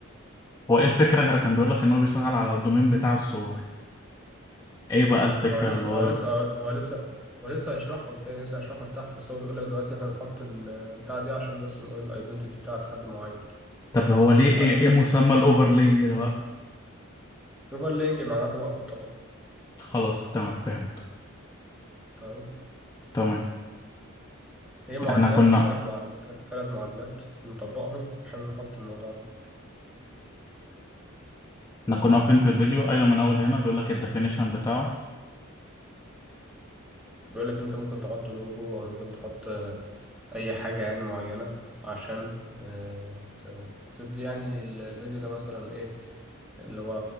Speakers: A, on the left; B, in the centre.
A: هو إيه الفكرة كان بيقول لك إن هو بيشتغل على الدومين بتاع الصور إيه بقى الفكرة
B: هو لسه
A: اللي هو
B: هو لسه هو لسه هو لسه هيشرحهم تاني لسه هيشرحهم تحت بس هو بيقول لك دلوقتي احنا بنحط البتاعه دي عشان بس نقول الايدنتيتي بتاعت حد معين
A: طب هو ليه إيه,
B: عارف انت
A: إيه مسمى الأوفرلينج ده بقى
B: الاوفرلينج معناه طبقه فوق طبقه
A: خلاص تمام فهمت
B: تمام
A: تمام
B: هي معادلات
A: إحنا كنا
B: ثلاث معادلات ثلاث معادلات بنطبقهم عشان نحط الموضوع ده
A: احنا كنا واقفين في الفيديو ايوه من اول هنا بيقول لك الديفينيشن بتاعه
B: بيقول لك ان انت ممكن تحط لوجو او ممكن تحط آه، اي حاجة يعني معينة عشان آه، ت- تدي يعني ال- الفيديو ده مثلا ايه اللي هو